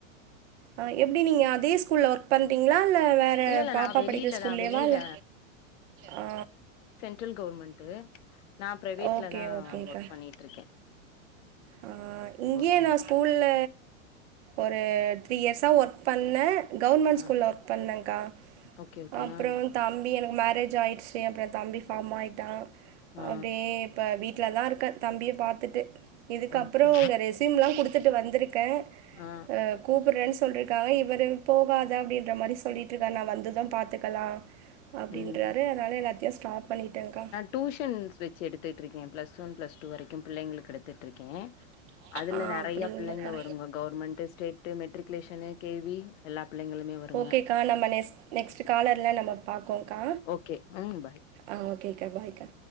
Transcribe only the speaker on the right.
ஆ எப்டி நீங்க அதே ஸ்கூல்ல ஒர்க் பண்றீங்ளா இல்ல வேற
பாப்பா
படிக்கிற ஸ்கூல்லயேவா
இல்ல ஆ
ஓகே ஓகேக்கா
ஆ இங்கயே
நா
ஸ்கூல்ல ஒரு த்ரீ இயர்ஸா ஒர்க் பண்ணே கவர்மெண்ட்
ஸ்கூல்ல ஒர்க் பண்ணெக்கா
அப்றோ
தம்பி எனக்கு மேரேஜ் ஆயிடுச்சி அப்றோ தம்பி ஃபார்ம் ஆயிட்டா
அப்டியே இப்ப வீட்ல தா இருக்கே தம்பிய பாத்துட்டு இதுக்கப்றோ
உங்க ரெசியூம்லா குடுத் துட்டு வந்துருக்கே
அ கூப்புட்றேன் சொல்ருக்காங்க இவரு போகாத அப்டின்ற மாரி சொல்லிட்ருக்கார் நா வந்தது பாத்துக்கலா அப்டின்றாரு
அதனால எல்லாத்தையு ஸ்டாப் பண்ணிட்டங்கா
ஆ
அப்டிங்களாக்கா
ஓகேக்கா நம்ம நெஸ் நெக்ஸ்டு காலர்ல நம்ம பாக்கோக்கா
ஆ ஓகேகா பாய்கா